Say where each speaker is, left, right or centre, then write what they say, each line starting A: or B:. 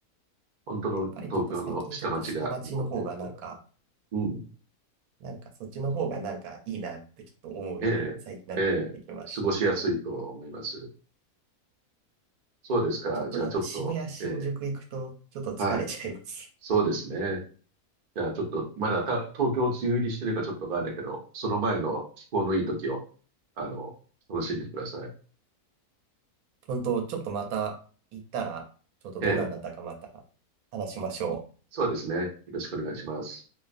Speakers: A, on the right; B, on the right.
A: 本当の東京の下町が残っているところが。
B: やっぱりちょっと最近ちょっと下町の方がなんか、
A: うん。
B: なんかそっちの方がなんかいいなってちょっと思うように最近なってきました。
A: ええ、ええ、過ごしやすいと思います。そうですか。
B: ちょっとやっぱ渋谷、
A: じゃあちょっと、
B: 新宿行くとちょっと疲れちゃいます。
A: ええ、はい。そうですね。じゃあちょっと、まだた東京梅雨入りしてるかちょっとわからないけど、その前の気候のいい時を、あの、楽しんでください。
B: 本当、ちょっとまた行ったら、ちょっとどんなんだったかまた話しましょう。
A: ええ、そうですね。よろしくお願いします。